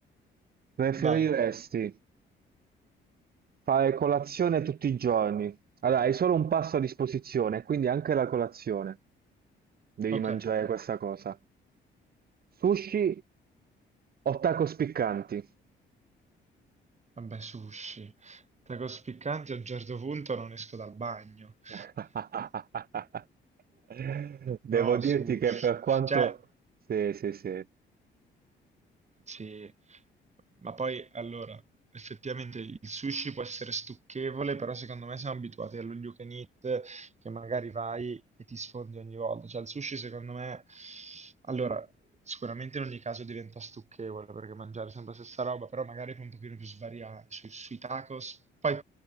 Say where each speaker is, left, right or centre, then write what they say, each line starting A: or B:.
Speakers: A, on the right; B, on the right.
A: Preferiresti
B: Vai,
A: fare colazione tutti i giorni? Allora, hai solo un pasto a disposizione, quindi anche la colazione. Devi
B: ok,
A: mangiare questa cosa. Sushi o tacos piccanti?
B: vabbè, sushi. Tacos piccanti a un certo punto non esco dal bagno. <laughs>
A: <laughs> Devo
B: No,
A: dirti
B: sushi.
A: che per quanto...
B: Cioè,
A: Sì, sì, sì.
B: Sì, ma poi allora, effettivamente il sushi può essere stucchevole, però secondo me siamo abituati allo you can eat che magari vai e ti sfondi ogni volta. Cioè il sushi secondo me, allora, sicuramente in ogni caso diventa stucchevole perché mangiare sempre la stessa roba, però magari puoi un pochino più svariare sui, sui tacos, poi